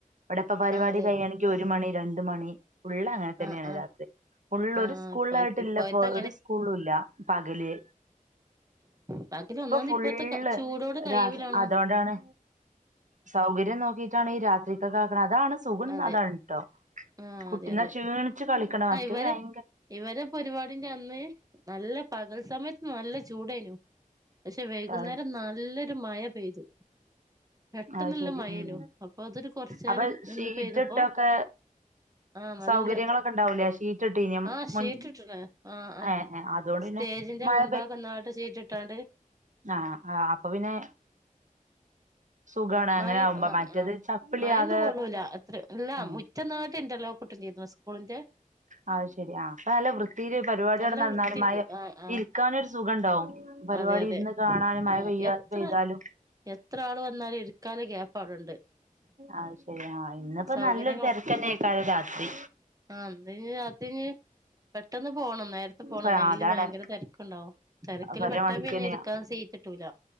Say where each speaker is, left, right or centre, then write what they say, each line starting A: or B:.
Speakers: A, on the right; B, on the right.
A: ഇവിടെ ഇപ്പ പരിപാടി
B: ആഹ് അതെ
A: കഴിയാണെങ്കി ഒരു മണി രണ്ട് മണി ഫുള്ള് അങ്ങനെ തന്നെയാണ്
B: ആഹ് ആഹ്
A: രാത്രി ഫുള്ള്
B: ആഹ്
A: ഒരു സ്കൂളായിട്ടില്ലപ്പോ
B: ഇപ്പ ഇപ്പോഴത്തെ
A: ഒരു സ്കൂളുല്ല. പകല്.
B: ബാക്കിന്
A: ഇപ്പൊ
B: ഒന്നാമതിപ്പത്തെ
A: ഫുള്ള്
B: ചൂടോണ്ട് കയിയിലൊന്നു
A: രാത്രി. അതുകൊണ്ടാണ് സൗകര്യം നോക്കിട്ടാണ് ഈ രാത്രിക്കൊക്കെ അക്കണത് അതാണ് സുഖം
B: അതെ
A: അതാണ് ട്ടോ.
B: ആഹ്
A: കുട്ടീന്ന
B: അതെ അതെ
A: ക്ഷീണിച്ചു കളിക്കണ
B: ആഹ്
A: മറ്റേത്
B: ഇവരെ
A: ഭയങ്കര
B: ഇവരെ പരുപാടിടന്ന് നല്ല പകൽ സമയത്ത് നല്ല ചൂടെനു പക്ഷെ വൈകുന്നേരം
A: അത്
B: നല്ലൊരു മഴ പെയ്തു. പെട്ടെന്ന്ള്ള
A: അത് ശരി
B: മഴേനു
A: ഉം
B: അപ്പൊ അതൊരു കുറചെരം
A: അപ്പൊ
B: നിന്ന്
A: ഷീറ്റ്
B: പെയ്തപ്പോ
A: ഇട്ടൊക്കെ
B: ആഹ് നല്ല
A: സൗകര്യങ്ങളൊക്കെ ഉണ്ടാവൂലേ ഷീറ്റ് ഇട്ടീനോ
B: ആഹ് ഷീറ്റിട്ടണ്
A: മുൻ
B: ആഹ് ആഹ്.
A: ഏ ഏ അതുകൊണ്ട് പിന്നെ
B: സ്റ്റേജിന്റെ
A: മഴ
B: മുൻഭാഗം നാട്ട സീറ്റിട്ടാണ്ട്
A: അ ആഹ് അപ്പൊ പിന്നെ സുഖാണ്
B: മയ
A: അങ്ങനെ ആകുമ്പോ
B: ആഹ്
A: മറ്റേത്
B: ആഹ്
A: ചപ്പിളി
B: മയൊന്നും
A: ആകെ
B: കൊള്ളൂല്ല അത്ര എല്ല
A: ഏ
B: മുറ്റന്നായിട്ട് ഇന്റർലോക്കൂട്ടും ചെയ്ത് മോളിന്റെ
A: അത് ശെരി ആഹ് അപ്പൊ നല്ല വൃത്തിയില് പരിപാടിയടെ
B: നല്ല
A: നടന്നാലും
B: വൃത്തിണ്ട്
A: മ
B: ആഹ് ആഹ്
A: ഇരിക്കാനൊരു സുഖണ്ടാവും പരിപാടി
B: അതെ അതെ
A: ഇരുന്ന് കാണാനും മഴ
B: ആഹ്
A: പെയ്യ
B: എത്ര
A: പെയ്താലും
B: എത്ര ആള് വന്നാലും ഇരിക്കാള്ള ഗ്യാപ്പാവടുണ്ട്
A: അത് ശരിയാ ആഹ് ഇന്നിപ്പോ
B: സൗകര്യങ്ങൾ
A: നല്ലൊരു തിരക്കന്നെയ്ക്കാരം രാത്രി
B: ആഹ് ഇന്നെനി രാത്രിനി പെട്ടെന്ന് പോണം നേരത്തെ പോണം
A: ഇപ്പ
B: അല്ലെങ്കില്
A: അതാണ്
B: വയങ്കര തിരക്കുണ്ടാവും തിരക്കില്
A: പറയാൻ
B: പെട്ടാ
A: വേണ്ടിക്കന്നെയാ
B: പിന്നെ ഇരിക്കാന്ന് സീറ്റ് കിട്ടൂല